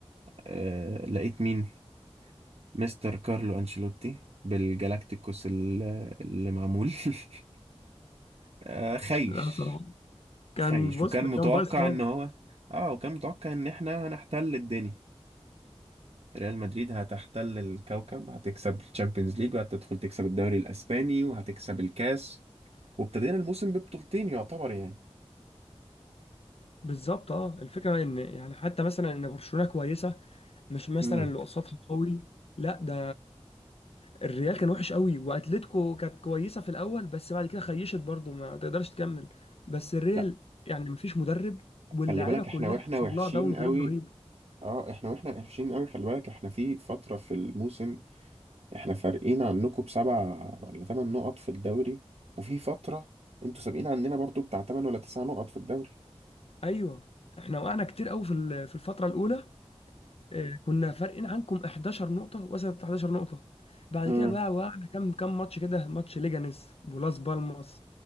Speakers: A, on the right; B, on the left.
A: آه لقيت مين مستر كارلو أنشيلوتي بالجالاكتيكوس ال- اللي معمول <laughs> آه، خايش
B: لا بصراحه كان
A: خايش
B: بص
A: وكان
B: ده
A: متوقع
B: كان بايظ خالص
A: ان هو اه وكان متوقع ان احنا هنحتل الدنيا ريال مدريد هتحتل الكوكب هتكسب الشامبيونز ليج وهتدخل تكسب الدوري الاسباني وهتكسب الكاس وابتدينا الموسم ببطولتين يعتبر يعني
B: بالظبط اه الفكره ان يعني حتى مثلا ان برشلونه كويسه مش مثلا
A: امم
B: اللي قصادها قوي لا ده الريال كان وحش قوي واتلتيكو كانت كويسه في الاول بس بعد كده خيشت برضو ما تقدرش تكمل بس الريال
A: لا
B: يعني مفيش مدرب واللاعيبه
A: خلي بالك
B: كلها
A: احنا واحنا
B: حصل
A: وحشين
B: لها داون
A: قوي
B: جريد رهيب
A: اه احنا واحنا وحشين قوي خلي بالك احنا في فترة في الموسم احنا فارقين عنكم بسبع ولا ثمان نقط في الدوري وفي فترة انتوا سابقين عننا برضو بتاع ثمان ولا تسع نقط في الدوري
B: ايوه احنا وقعنا كتير قوي في ال- في الفتره الاولى آه، كنا فارقين عنكم 11 نقطه وصلت 11 نقطه بعد
A: امم
B: كده بقى وقعنا كام كام ماتش كده ماتش ليجانيس ولاس بالماس